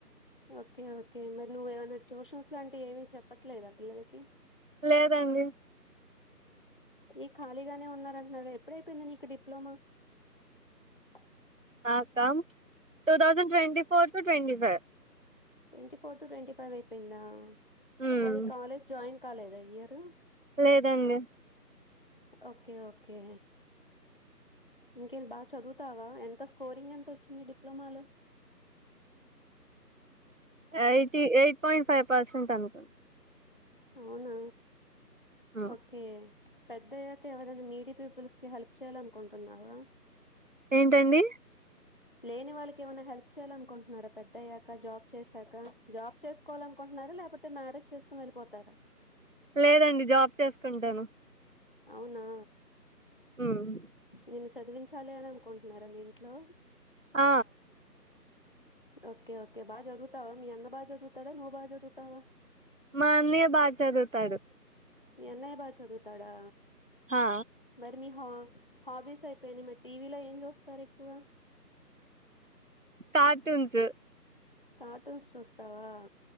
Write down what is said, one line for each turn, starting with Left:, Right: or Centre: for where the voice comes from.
Left: ఓకే ఓకే మరి నువ్వు ఏమైనా ట్యూషన్స్ లాంటివి ఏమీ చెప్పట్లేదా పిల్లలకి
Right: లేదండి
Left: ఈ ఖాళీగానే ఉన్నారంటున్నారు గా ఎప్పుడైపోయింది నీకు డిప్లమా ఆ
Right: నాకా two thousand twenty four to twenty five
Left: twenty four to twenty five అయిపోయిందా
Right: హ్మ్
Left: మరి కాలేజ్ జాయిన్ కాలేదా ఈ ఇయరు
Right: లేదండి
Left: ఓకే ఓకే ఇంకే బాగా చదువుతావా ఎంత స్కోరింగ్ ఎంత వచ్చింది డిప్లొమాలో
Right: eighty eight point five percent అనుకోం
Left: అవునా
Right: హ్మ్
Left: ఓకే పెద్దయ్యాక ఎవరైనా నీడీ పీపుల్స్ కి హెల్ప్ చేయాలనుకుంటున్నావా
Right: ఏంటండి
Left: లేని వాళ్ళకి ఏమైనా హెల్ప్ చేయాల అనుకుంటున్నారా పెద్ద అయ్యాక జాబ్ చేసాక జాబ్ చేసుకోవాలినుకుంటున్నారా లే లేకపోతే మ్యారేజ్ చేసుకుని వెళ్ళిపోతారా
Right: లేదండి జాబ్ చేసుకుంటాను
Left: అవునా
Right: ఉమ్
Left: నిన్ను చదివించాలి అని అనుకుంటున్నారా మీ ఇంట్లో
Right: ఆ
Left: ఓకే ఓకే బా చదువుతావా మీ అన్న బా చదువుతాడా నువ్వు బా చదువుతావా
Right: మా అన్నయ బాగా చదువుతాడు
Left: మీ అన్నయ్య బాగా చదువుతాడా
Right: హా
Left: మరి మీ హో హాబీస్ అయిపోయినై మరి టీవీలో ఏం చూస్తారు ఎక్కువ
Right: కార్టూన్స్
Left: కార్టూన్స్ చూస్తావా